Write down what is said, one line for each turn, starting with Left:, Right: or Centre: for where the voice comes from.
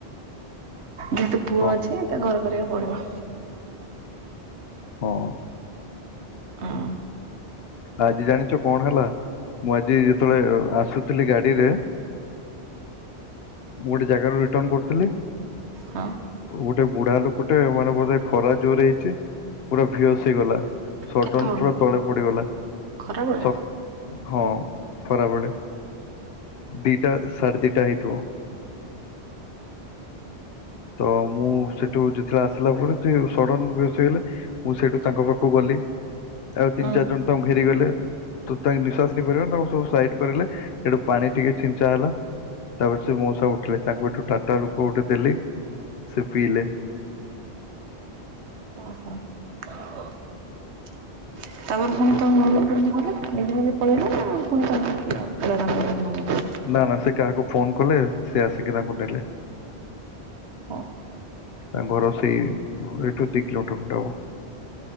Right: ଯେହେତୁ ପୁଅ
Left: କହ
Right: ଅଛି ତ ଘର କରିବାକୁ ପଡିବ।
Left: ହଁ।
Right: ହଁ।
Left: ଆଜି ଜାଣିଛ କଣ ହେଲା ମୁଁ ଆଜି ଯେତେବେଳେ ଆସୁଥିଲି ଗାଡିରେ ମୁଁ ଗୋଟେ ଜାଗାରୁ ରିଟର୍ଣ କରୁଥିଲି।
Right: ହଁ।
Left: ଗୋଟେ ବୁଢା ଲୋକଟେ ମାନେ ବୋଧେ ଖରା ଜୋରେ ହେଇଛି। ପୁରା ଭିଅସ ହେଇଗଲା ସଡନ
Right: କେତେବେଳେ
Left: ପୁରା ତଳେ ପଡିଗଲା।
Right: ଖରାବେଳେ
Left: ସ ହଁ ଖରାବେଳେ ଦିଟା ସାଢେ ଦିଟା ହେଇଥିବ। ତ ମୁଁ ସେଠୁ ଯେତେବେଳେ ଆସିଲା ପରେ ସେ ସଡ଼ନ ବେହସ ହେଇଗଲେ, ମୁଁ ସେଠୁ ତାଙ୍କ ପାଖକୁ ଗଲି ଆଉ ତିନି
Right: ହଁ
Left: ଚାରି ଜଣ ତାଙ୍କୁ ଘେରି ଗଲେ। ତୁ ତାଙ୍କ ନିଶ୍ଵାସ ନେଇ ପାରିବ ତାଙ୍କୁ ସବୁ ସାଇଡ କରିଲେ ଏଠୁ ପାଣି ଟିକେ ଛିଞ୍ଚା ହେଲା। ତାପରେ ସେ ମଉସା ଉଠିଲେ ତାଙ୍କୁ ଏଠୁ ଟାଟା ଗ୍ଲୁକୋ ଗୋଟେ ଦେଲି। ସେ ପିଇଲେ।
Right: ଓ ହୋ। ତା ପରେ ପୁଣି
Left: ଚୁପ୍।
Right: ତାଙ୍କ ଘର କୁ କେମିତି ଗଲେ? ନିଜେ ନିଜେ ପଳେଇଲା ନା ପୁଣି ତାଙ୍କ କିଏ ତାଙ୍କୁ <unintelligible> ଘରକୁ ନେବାପାଇଁ
Left: ନା ନା ସେ କାହାକୁ ଫୋନ କଲେ, ସେ ଆସିକି ତାଙ୍କୁ ନେଲେ।
Right: ହଁ।
Left: ତାଙ୍କ ଘର ସେଇ ଏଠୁ ଦି କିଲୋମିଟର ଖଣ୍ଡେ ହବ।